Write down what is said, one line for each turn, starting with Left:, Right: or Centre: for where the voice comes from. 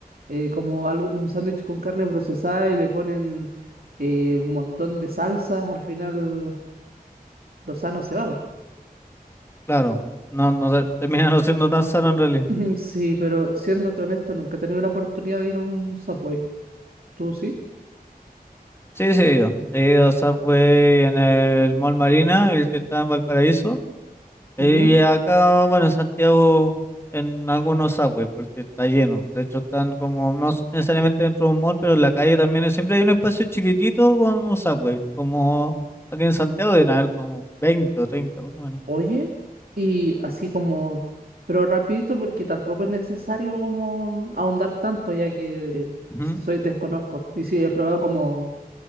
Right: eh, como algo, un sándwich con carne procesada y le ponen eh, un montón de salsas, al final lo sano se va. po.
Left: Claro, no, no ter- termina no siendo tan sano en realidad.
Right: <laughs> Sí, pero siéndote honesto, nunca he tenido la oportunidad de ir a un Subway. ¿Tú sí?
Left: Sí, sí, he ido. He ido a Subway en el Mall Marina, el que está en Valparaíso. Eh,
Right: Ujú.
Left: y acá, bueno, en Santiago, en algunos subways, porque está lleno. De hecho, están como, no s- necesariamente dentro de un mall, pero en la calle también es- siempre hay un espacio chiquitito con un subway. Como aquí en Santiago deben haber como veinte o treinta por lo menos.
Right: Oye, y así como, pero rapidito porque tampoco es necesario como ahondar tanto ya que
Left: Ujú.
Right: soy desconozco y sí he probado como